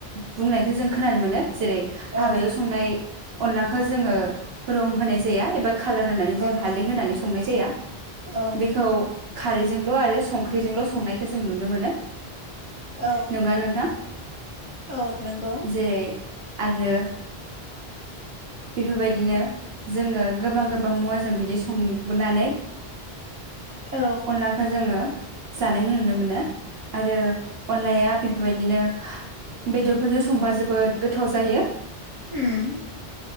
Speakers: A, on the right; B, on the right.
A: बुंनायखौ जों खोनानो मोन जेरै
B: औ
A: हाबायाव संनाय अनलाखौ जोङो रं होनाय जाया एबा कालार होनानै जों
B: औ
A: हालदै होनानै संनाय जाया
B: औ
A: बेखौ खारैजोंल' आरो संख्रिजोंल' संनायखौ जों नुनो मोनो
B: औ
A: नंगौना नोंथां
B: औ नंगौ
A: जेरै आरो बेफोरबायदिनो जोङो गोबां गोबां मुवा जों बिदि सं बुानै
B: औ
A: अनलाखौ जोङो जानायखौ नुनो मोनो। आरो अनलाया बेफोरबायदिनो बेदरफोरजों संबा जोबोद गोथाव जायो।
B: उम